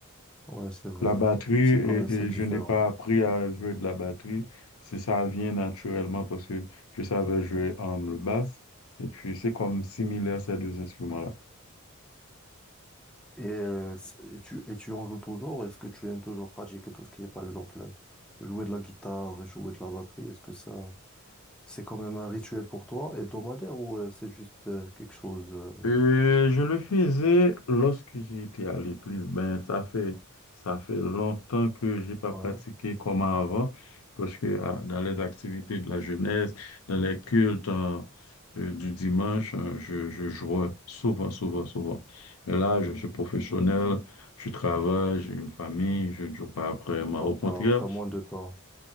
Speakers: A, in the centre; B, on the left (about 75°).
A: ouais, c'est vrai,
B: La
A: là.
B: batterie, et,
A: C'est quand même, c'est
B: et
A: différent.
B: je n'ai pas appris à jouer de la batterie. C'est ça vient naturellement parce que je savais jouer euh, le basse. Et puis, c'est comme similaire ces deux instruments-là.
A: Et, euh, c- et tu, et tu en joues toujours? Est-ce que tu aimes toujours pratiquer tout ce qui est, par exemple, euh, jouer de la guitare, jouer de la batterie? Est-ce que ça, c'est quand même un rituel pour toi, hebdomadaire, ou euh, c'est juste euh, quelque chose, euh,
B: Euh, je le faisais lorsque j'étais à l'église. Ben, ça fait, ça fait longtemps que j'ai pas
A: ouais.
B: pratiqué comme avant, parce que ah, dans les activités de la jeunesse, dans les cultes hein, euh, du dimanche, hein, je, je jouais souvent, souvent, souvent. Mais là, je suis professionnel, je travaille, j'ai une famille, je ne joue pas vraiment.
A: Donc,
B: Au contraire,
A: t'as, t'as moins de temps.